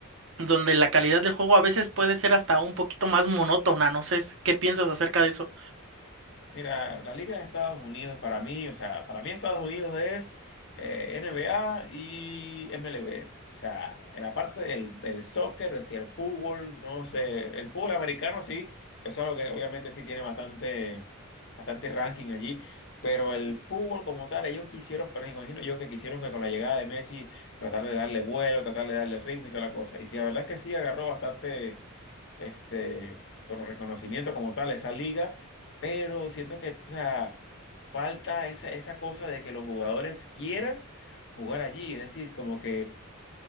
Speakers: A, on the right; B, on the left.
A: donde la calidad del juego a veces puede ser hasta un poquito más monótona, no sé qué piensas acerca de eso.
B: Mira, la Liga de Estados Unidos para mí, o sea, para mí Estados Unidos es eh, NBA y MLB. O sea, en la parte del, del soccer, es decir, el fútbol, no sé, el fútbol americano sí, eso es algo que obviamente sí tiene bastante, bastante ranking allí, pero el fútbol como tal, ellos quisieron, pero me imagino yo que quisieron que con la llegada de Messi tratar de darle vuelo, tratar de darle ritmo y toda la cosa. Y sí, la verdad es que sí agarró bastante este, bueno, reconocimiento como tal a esa liga, pero siento que, o sea, falta esa, esa cosa de que los jugadores quieran jugar allí, es decir, como que